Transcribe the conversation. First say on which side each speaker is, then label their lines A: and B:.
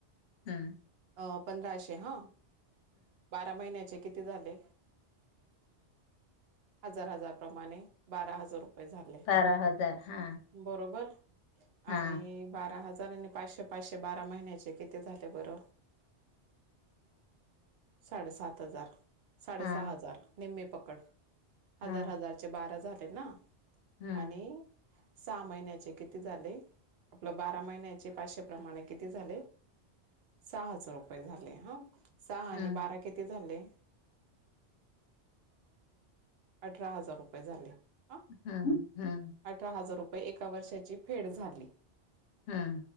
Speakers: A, on the left; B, on the right.
A: हम्म.
B: अ पंधराशे. हा बारा महिन्याचे. किती झाले हजार हजार, प्रमाणे बारा हजार. जर रुपय झाले
A: बारा हजार हा
B: बरोबर.
A: हा
B: आणि बारा हजार. हार पाचशे पाचशे, बारा महिन्याचे किती झाले बरं. साडे सात हजार. साडे
A: हा
B: सहा
A: हा
B: हजार. निम्मे पकड हजार
A: हा
B: हजारचे बारा झाले ना
A: हा
B: आणि सहा महिन्याचे किती झाले आपलं बारा महिन्याचे पाचशे प्र्माणे किती झाले सहा हजार रुपये झाले हा सहा आणि
A: हा
B: बारा किती झाले अठरा हजार रुपये झाले ह
A: हा
B: अठरा हजार रुपये एका वर्षाची फेड झाली
A: हा